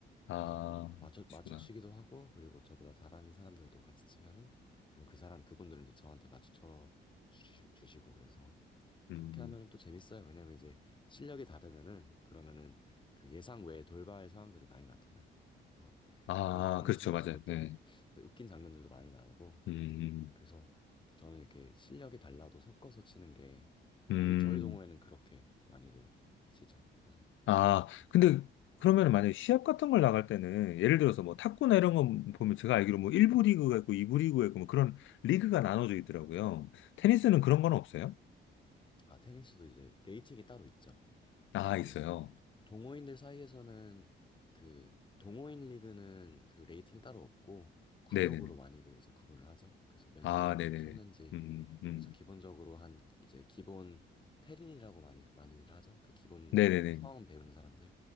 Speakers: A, on the left (about 75°); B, on the left (about 25°).
A: 아,
B: 그래서 맞춰, 맞춰치기도
A: 그러시구나.
B: 하고 그리고 저보다 잘하는 사람들도 같이 치면은 그럼 그 사람, 그분들은 이제 저한테 맞춰 주시, 주시고 그래서
A: 음.
B: 그렇게 하면은 또 재밌어요. 왜냐면 이제 실력이 다르면은 그러면은 그 예상 외에 돌발 상황들이 많이 나타나요. 그래서
A: 아,
B: 그런 상황
A: 그렇죠.
B: 속에서도
A: 맞아요.
B: 또
A: 네.
B: <sniffs> 웃긴 장면들도 많이 나오고
A: 음.
B: 그래서 저는 이렇게 실력이 달라도 섞어서 치는 게
A: 음.
B: 우리 저희 동호회는 그렇게 많이들 치죠. 그래서
A: 아,
B: 좋은 것 같아요. 그럼.
A: 근데 그러면 만약에 시합 같은 걸 나갈 때는 예를 들어서 뭐 탁구나 이런 거 보면 제가 알기로 뭐 1부 리그가 있고 2부 리그가 있고 뭐 그런 리그가 나눠져 있더라고요. 테니스는 그런 건 없어요?
B: 아 테니스도 이제 레이팅이 따로 있죠.
A: 아,
B: 근데 이제
A: 있어요.
B: 동호인들 사이에서는 그 동호인 리그는 그 레이팅이 따로 없고 구력으로
A: 네네네.
B: 많이들 이제 구분을 하죠. 그래서 몇
A: 아,
B: 년 정도를
A: 네네네.
B: 쳤는지
A: 음, 음.
B: 그래서 기본적으로 한 이제 기본 테린이라고 많이 많이들 하죠. 그 기본
A: 네네네.
B: 이제 처음 배우는 사람들